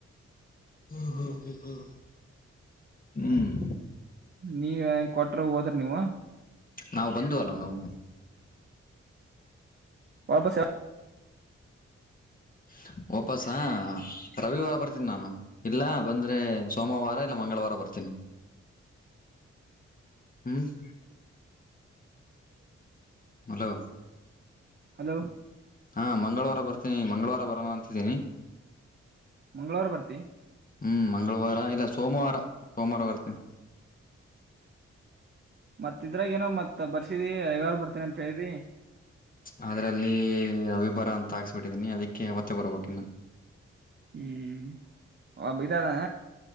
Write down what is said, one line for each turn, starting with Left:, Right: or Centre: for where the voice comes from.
Left: ಹ್ಮ್ ಹ್ಮ್ ಹ್ಮ್ ಹ್ಮ್ ಹ್ಮ್
Right: ನೀವ ಕೊಟ್ರ ಹೋದ್ರ ನೀವು
Left: ನಾವು ಬಂದುವಲ್ಲ ನಾವು
Right: ವಾಪಾಸ್ ಯಾವ್
Left: ಹ ಒಪ್ಪಸ ರವಿವಾರ ಬರ್ತೀನಿ ನಾನು ಇಲ್ಲ ಬಂದ್ರೆ ಸೋಮವಾರ ಇಲ್ಲ ಮಂಗಳವಾರ ಬರ್ತೀನಿ ಹ್ಮ್ <inaudible> ಹಲೋ
Right: ಹಲೋ
Left: ಹಾ ಮಂಗಳವಾರ ಬರ್ತೀನಿ ಮಂಗಳವಾರ ಬರ ಅಂತಿದ್ದೀನಿ
Right: ಮಂಗಳವಾರ ಬರ್ತಿ
Left: ಹ್ಮ್ ಮಂಗಳವಾರ ಇಲ್ಲ ಸೋಮವಾರ ಸೋಮವಾರ ಬರ್ತೀನಿ
Right: ಮತ್ ಇದ್ರಾಗ ಏನೋ ಮತ್ ಬರ್ಸಿದಿ ಯಾರು ಬರ್ತೀನ ಅಂತ ಹೇಳಿದಿ
Left: ಅದ್ರಲ್ಲಿ
Right: ಅದ್ರಲ್ಲಿ
Left: ಅವಿಭರ ಅಂತ ಹಾಕ್ಸ್ಬಿಟ್ಟಿದೀನಿ ಅದಕ್ಕೆ ಅವತ್ತೆ ಬರ್ಬೇಕ ಇನ್ನು
Right: ಹ್ಮ್ ಒಬ ಇದದ